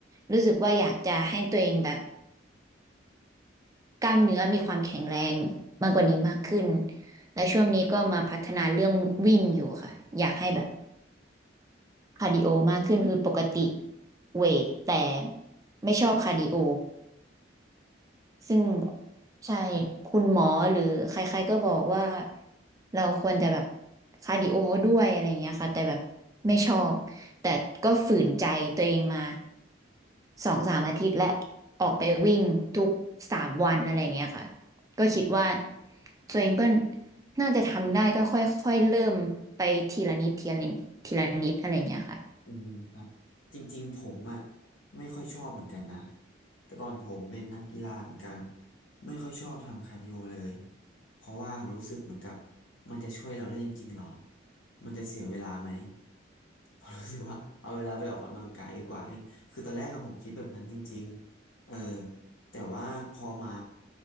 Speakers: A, on the right; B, on the left.
A: รู้สึกว่าอยากจะให้ตัวเองแบบ กล้ามเนื้อมีความแข็งแรงมากกว่านี้มากขึ้น และช่วงนี้ก็มาพัฒนาเรื่องวิ่งอยู่ค่ะ อยากให้แบบคาร์ดิโอมากขึ้นคือปกติเวทแต่ไม่ชอบคาร์ดิโอ ซึ่งแบบใช่คุณหมอหรือใครๆก็บอกว่าเราควรจะแบบคาร์ดิโอด้วยอะไรอย่างเงี้ยค่ะแต่แบบไม่ชอบแต่ก็ฝืนใจตัวเองมาสองสามอาทิตย์และออกไปวิ่งทุกสามวันอะไรอย่างเงี้ยค่ะก็คิดว่าตัวเองก็น่าจะทำได้ก็ค่อยๆเริ่มไปทีละนิดทีละนิดทีละนิดอะไรอย่างเงี้ยค่ะ
B: อืม จริงๆผมอ่ะไม่ค่อยชอบเหมือนกันนะแต่ก่อนผมเป็นนักกีฬาเหมือนกันไม่ค่อยชอบทำคาร์ดิโอเลยเพราะว่ารู้สึกเหมือนกับมันจะช่วยเราได้จริงๆหรอมันจะเสียเวลาไหมผมรู้สึกว่าเอาเวลาไปออกกำลังกายดีกว่านี่คือตอนแรกอะผมคิดแบบนั้นจริงๆเออแต่ว่าพอมา